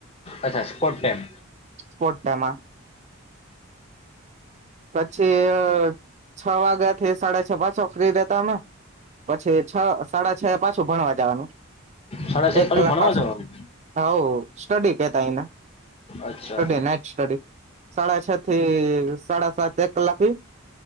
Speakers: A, on the left; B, on the right.
A: અચ્છા સ્પોર્ટ ટાઈમ
B: સ્પોર્ટ ટાઈમમાં પછી અહ છ વાગા થી સાડા છ પાછો ફ્રી રહેતા અમે પછી છ સાડા છ એ પાછું ભણવા જાવાનું.
A: સાડા છ
B: એક
A: પાછું
B: કલાક
A: ભણવા
B: પાછી
A: જવાનું
B: હોવ સ્ટડી કેતા એને
A: અચ્છા
B: સ્ટડી નાઈટ સ્ટડી, સાડા છ થી સાડા સાત એક કલાક ઈ,